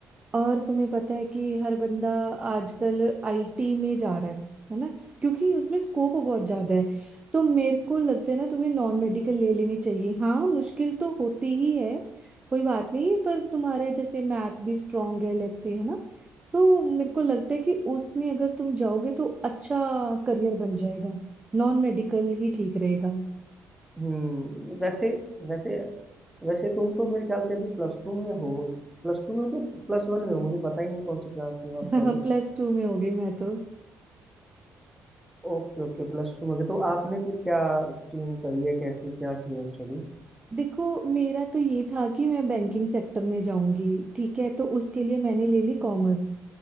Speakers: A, on the right (about 20°); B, in the centre.
A: और तुम्हें पता है कि हर बंदा आजकल आईटी में जा रहा है है ना क्योंकि उसमें स्कोप बहुत ज्यादा है तो मेरे को लगता है ना तुम्हें नॉन मेडिकल ले लेनी चाहिए हाँ मुश्किल तो होती ही है कोई बात नहीं पर तुम्हारे जैसे मैथ भी स्ट्रांग है लेट्स से है ना तो मेरे को लगता है कि उसमें अगर तुम जाओगे तो अच्छा करियर बन जाएगा नॉन मेडिकल ही ठीक रहेगा
B: हम्म वैसे वैसे वैसे तुम तो मेरे ख्याल से अभी प्लस टू में हो प्लस टू में हो कि प्लस वन में हो मुझे पता ही नहीं कौन सी क्लास में हो आप
A: <laughs>
B: Sorry
A: प्लस टू में हो गई मैं तो।
B: Okay okay Plus two में हो गए। तो आपने फिर क्या स्ट्रीम करी है कैसे क्या किया स्टडी
A: देखो मेरा तो ये था कि मैं बैंकिंग सेक्टर में जाऊंगी ठीक है तो उसके लिए मैंने ले ली कॉमर्स